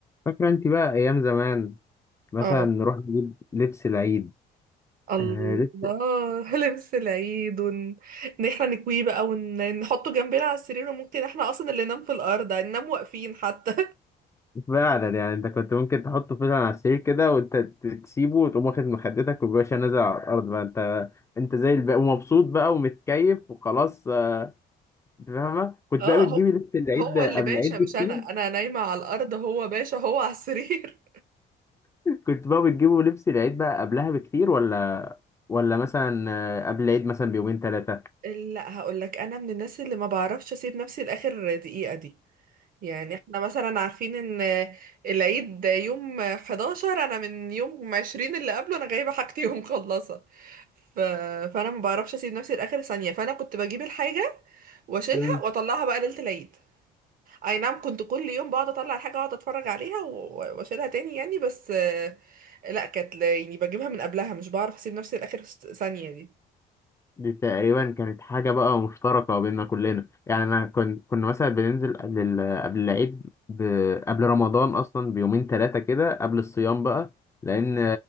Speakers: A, on the left (about 15°); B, on the right (about 55°).
A: فاكرة انت بقى ايام زمان مثلا
B: اه
A: نروح نجيب لبس العيد
B: الله
A: آه لبس
B: <laughs> لبس العيد ون... ان احنا نكويه بقى ونحطه جنبنا على السرير وممكن احنا اصلا اللي ننام في الارض هننام واقفين حتى
A: فعلا يعني انت كنت ممكن تحطه فعلا على السرير كده وانت ت- تسيبه وتقوم واخد مخدتك وباشا نازل على الارض بقى انت انت زي الباقي ومبسوط بقى ومتكيف وخلاص آه، انت فاهمة
B: <laughs>
A: كنت
B: اه
A: بقى بتجيبي
B: هو
A: لبس العيد
B: هو
A: ده
B: اللي
A: قبل
B: باشا
A: العيد بكتير
B: مش انا انا نايمة على الارض هو باشا هو على السرير
A: <laughs> كنت بقى بتجيبوا لبس العيد بقى قبلها بكتير ولا ولا مثلا آه، قبل العيد مثلا بيومين ثلاثة
B: <laughs> لا هقول لك انا من الناس اللي ما بعرفش اسيب نفسي لاخر دقيقة دي يعني احنا مثلا عارفين ان العيد يوم 11 انا من يوم 20 اللي قبله انا جايبه حاجتي <laughs> ومخلصه ف... فانا ما بعرفش اسيب نفسي لاخر ثانيه فانا كنت بجيب الحاجه واشيلها
A: امم
B: واطلعها بقى ليله العيد اي نعم كنت كل يوم بقعد اطلع الحاجه اقعد اتفرج عليها و- واشيلها تاني يعني بس آه، لا كانت ل- يعني بجيبها من قبلها مش بعرف اسيب نفسي لاخر ثانيه دي
A: دي تقريبا كانت حاجة بقى مشتركة بيننا كلنا يعني أنا كنت كنا مثلا بننزل قبل ال... قبل العيد ب... قبل رمضان أصلا بيومين ثلاثة كده قبل الصيام بقى لأن